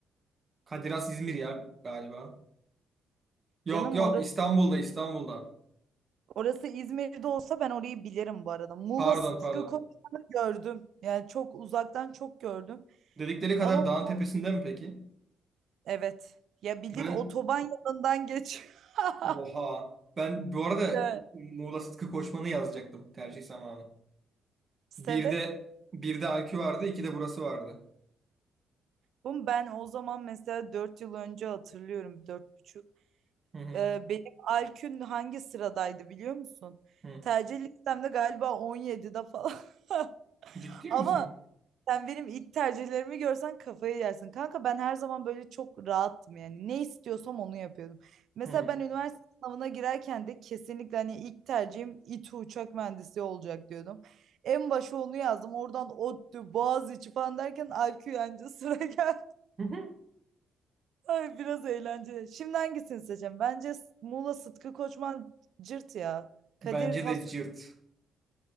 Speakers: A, on the right; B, on the right.
A: Kadiras İzmir ya galiba. Yok
B: Canım
A: yok
B: orası
A: İstanbul'da İstanbul'da.
B: orası İzmir'de olsa ben orayı bilirim bu arada. Muğla
A: Pardon
B: Sıtkı
A: pardon.
B: Koçman'ı gördüm. Yani çok uzaktan çok gördüm.
A: Dedikleri kadar
B: Ama
A: dağın
B: bu
A: tepesinde mi peki?
B: evet. Ya bildiğin
A: Ben
B: otoban yanından geç. <laughs>
A: Oha. Ben bu arada
B: Evet.
A: Muğla Sıtkı Koçman'ı yazacaktım tercih zamanı.
B: Sebep?
A: Bir de bir de AQ vardı, iki de burası vardı.
B: Bu ben o zaman mesela 4 yıl önce hatırlıyorum. dört buçuk.
A: Hı hı.
B: Ee, benim Alkün hangi sıradaydı biliyor musun?
A: Hı.
B: Tercih listemde galiba 17'de falan. <laughs>
A: Ciddi
B: Ama
A: misin?
B: sen benim ilk tercihlerimi görsen kafayı yersin. Kanka ben her zaman böyle çok rahattım yani. Ne istiyorsam onu yapıyordum. Mesela
A: Hı.
B: ben üniversite sınavına girerken de kesinlikle hani ilk tercihim İTÜ uçak mühendisi olacak diyordum. En başa onu yazdım. Oradan ODTÜ, Boğaziçi falan derken Alkün anca sıra geldi.
A: Hı hı.
B: Ay biraz eğlenceli. Şimdi hangisini seçeceğim? Bence S- Muğla Sıtkı Koçman cırt ya. Kadir
A: Bence
B: Has
A: de cırt.